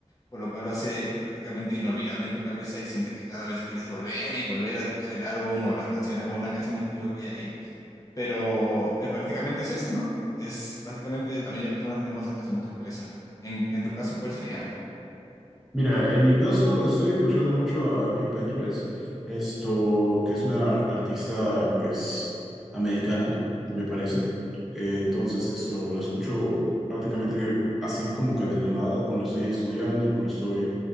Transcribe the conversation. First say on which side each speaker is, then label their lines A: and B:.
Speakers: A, on the left; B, in the centre.
A: por lo cual lo hace prácticamente inolvidable en tu cabeza y sientes que cada vez quieres volver y volver a escuchar el álbum o las canciones o una canción específica que hay ahí, pero eh, prácticamente es eso, ¿no? Es básicamente la mayoría de personas tenemos la canción en nuestra cabeza. En, en tu caso, ¿cuál sería?
B: Mira, en mi caso estoy escuchando mucho a Pink Panthers, esto que es una ar- artista pues americana, me parece. Eh, entonces esto lo escucho prácticamente que así como que de la nada, cuando estoy estudiando, cuando estoy,